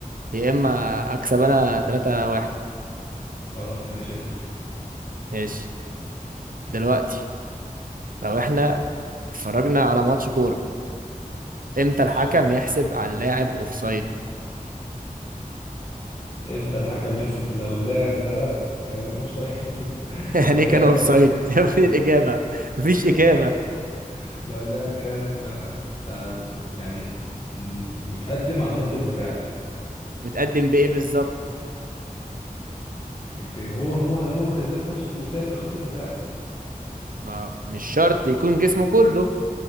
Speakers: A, on the right; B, on the left.
A: يا اما اكسب انا 3 واحد
B: خلاص ماشي اسال
A: ماشي دلوقتي لو احنا اتفرجنا على ماتش كوره امتى
B: ماشي
A: الحكم يحسب على اللاعب اوفسايد
B: امتى الحكم يحسب لو اللاعب ده كان اوف سايد <laughs>
A: <laughs> يعني
B: لو
A: إيه
B: اللاعب
A: كان اوفسايد
B: ده كان
A: يا ابني الاجابه <laughs> مفيش
B: <laughs>
A: اجابه
B: لو اللاعب كان آم، يعني م- متقدم عن خط الدفاع
A: متقدم بايه بالظبط
B: يعني بي- هو هو هو كذات نفسه سابق خط الدفاع
A: ما مش شرط يكون جسمه كله